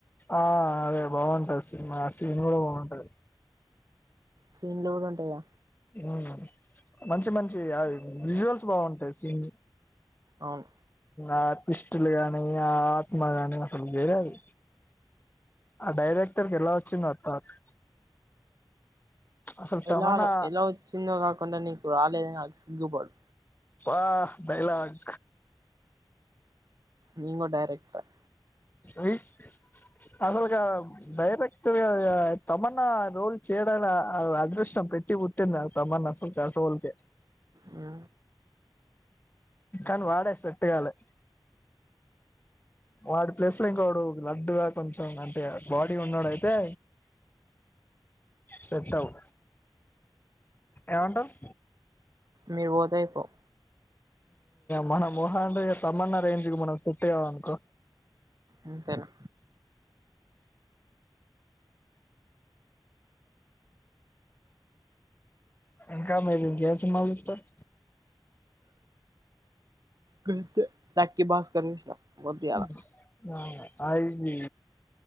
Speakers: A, on the left; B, on the right.
A: ఆ అదే బాగుంటది సినిమా ఆ సీన్ కూడా బాగుంటది
B: సీన్ లు కూడా ఉంటాయా
A: అవును మంచి మంచి అవి విజువల్స్ బాగుంటాయి సీన్
B: అవును
A: ఆ ట్వీస్టులు గానీ ఆ ఆత్మగాని ఆసలు వేరే అది ఆ డైరెక్టర్కి ఎలా వచ్చిందో ఆ థౌట్ అసలు తమన్నా
B: ఎలా ఎలా వచ్చిందో కాకుండా నీక్ రాలేద్ నాక్ సిగ్గుపడ్
A: ఆ డైలాగ్
B: నిన్ కూడ్ డైరెక్టర్
A: ఏయ్ అసల్ గా డైరెక్ట్ చేయాలా తమన్నా రోల్ చేయడానికి అదృష్టం పెట్టి పుట్టింది అ తమన్న అసల్కి ఆ రోల్కి
B: మ్
A: కానీ వాడే సేట్టుగాలే వాడి ప్లేస్ లో ఇంకోకడు లడ్డుగా కొంచెం అంటే బాడీ ఉన్నోడయితే సేట్టవ్ ఎమంటవ్
B: మీరు పోతే అయిపోవు
A: మ మొహం అంటే తమన్నా రేంజ్ కు మనం సేట్టుకామనుకో
B: అంతేనా
A: ఇంకా మీరింకేమి సినిమాలు చూస్తారు
B: గంతే లక్కీ భాస్కర్ చూసిన వద్దు ఇయాల
A: మ్మ్ అవునా అది